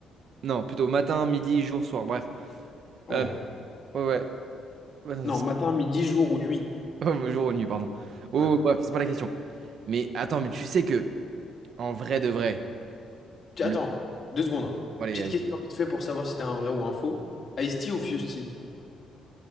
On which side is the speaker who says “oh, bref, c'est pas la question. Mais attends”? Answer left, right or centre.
Right